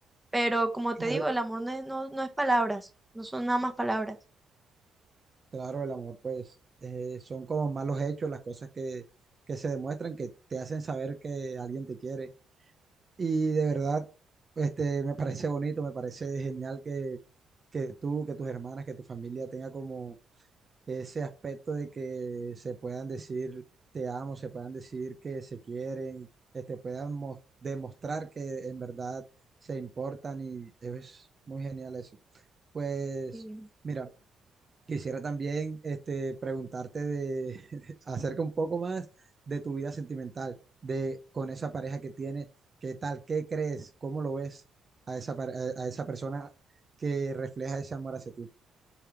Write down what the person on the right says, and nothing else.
Claro,
claro, el amor, pues, eh, son como malos hechos, las cosas que, que se demuestran, que te hacen saber que alguien te quiere. Y de verdad, este, me parece bonito, me parece genial que, que tú, que tus hermanas, que tu familia tenga como ese aspecto de que se puedan decir te amo, se puedan decir que se quieren, este, puedan mos- demostrar que en verdad se importan y es muy genial eso. Pues,
mira. Quisiera también este, preguntarte de, <laughs> acerca un poco más de tu vida sentimental, de con esa pareja que tienes, qué tal, qué crees, cómo lo ves a esa, par- a, a esa persona que refleja ese amor hacia ti.